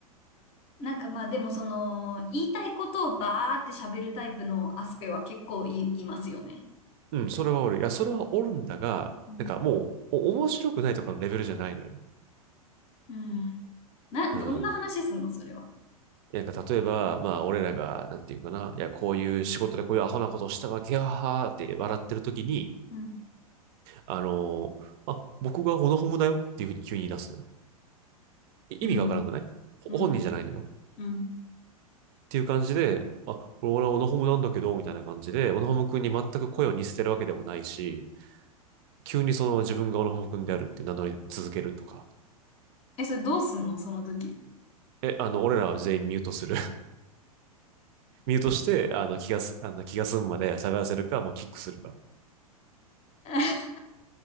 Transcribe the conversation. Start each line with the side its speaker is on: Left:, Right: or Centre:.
Left: なんかまあでもその言いたいことをバーって喋るタイプのアスペは結構い、いますよね。
Right: う。うん、それはおる。いや、それはおるんだが、
Left: うん。
Right: なんかもう、お面白くないとかのレベルじゃないのよ。
Left: うんな、
Right: うん。
Left: どんな話すんのそれは。
Right: いや、なんか例えば、まあ、俺らが、なんていうかな、いや、こういう仕事でこういうアホなことをしたわけやはーって笑ってる時に、
Left: うん。
Right: あのーあ、僕がオノホムだよっていうふうに急に言い出すのよ。い意味がわからなくないほ本人じゃないのよ。
Left: うん。うん。うん。
Right: っていう感じで、あ、俺はオナホムなんだけど、みたいな感じで、オナホム君に全く声を似せてるわけでもないし、急にその自分がオナホム君であるって名乗り続けるとか。
Left: え、それどうすんのその時。
Right: え、あの、俺らは全員ミュートする。<laughs> ミュートして、あの、気がす、あの、気が済むまで喋らせるか、もうキックするか。
Left: <laughs>